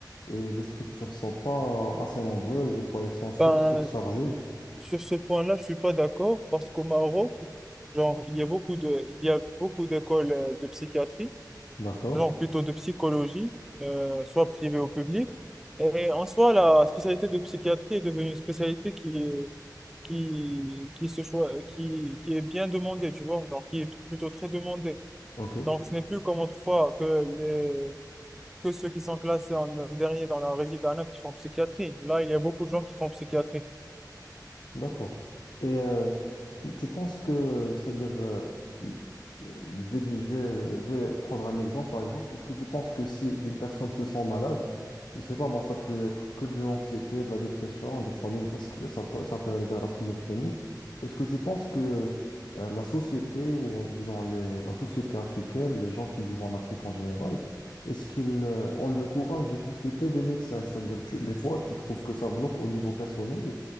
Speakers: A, on the left; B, in the centre.
A: et les structures sont pas assez nombreuses, des fois elles sont sur-
B: Ben,
A: surchargées.
B: Sur ce point-là, je suis pas d'accord parce qu'au Maroc, genre, il y a beaucoup de, il y a beaucoup d'écoles euh, de psychiatrie,
A: D'accord,
B: genre plutôt de psychologie, euh, soit privée ou publique. Et en soi, la spécialité de psychiatrie est devenue une spécialité qui est, qui, qui se choi- qui, qui est bien demandée, tu vois, genre, qui est plutôt très demandée.
A: ok.
B: Donc, ce n'est plus comme autrefois que les, que ceux qui sont classés en dernier dans la résidence qui font psychiatrie. Là, il y a beaucoup de gens qui font psychiatrie.
A: D'accord. Et euh, tu, tu penses que, c'est-à-dire, euh, l- euh, je vais dire, je vais, je vais prendre un exemple, par exemple. Est-ce que tu penses que si une personne se sent malade, je sais pas, moi, ça peut être que de l'anxiété, de la dépression, des fois même de la schi- ça, peut- ça peut aller vers la schizophrénie. Est-ce que tu penses que euh, la société, ou en disant les- la société africaine, les gens qui vivent en Afrique en général, est-ce qu'ils euh, ont le courage de consulter des médecins? C'est-à-dire, tu- des fois, tu trouves que ça bloque au niveau personnel.